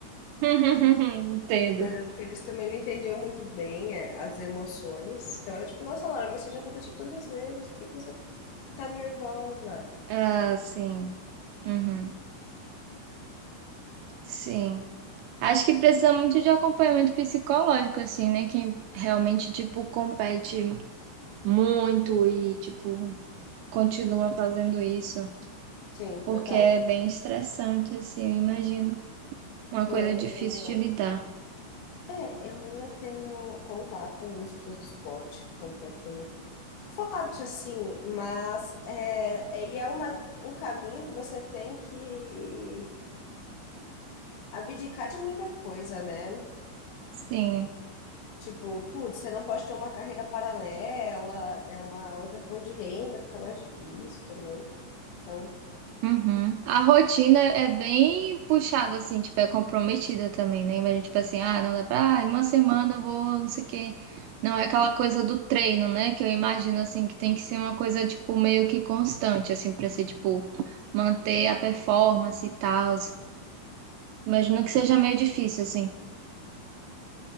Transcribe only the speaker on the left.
mas é porque eles também não entendiam muito bem é, as emoções. Então era tipo, nossa, Laura, mas você já competiu tantas vezes, por que que você tá nervosa?
Sim,
total.
Eu
ainda
tenho.
É, eu ainda tenho contato com algumas pessoas do esporte que competem forte, assim, mas é, é- e é uma, um caminho que você tem que abdicar de muita coisa, né?
Tipo, putz, você não pode ter uma carreira paralela, é uma outra fonte de renda, fica mais difícil também. Então,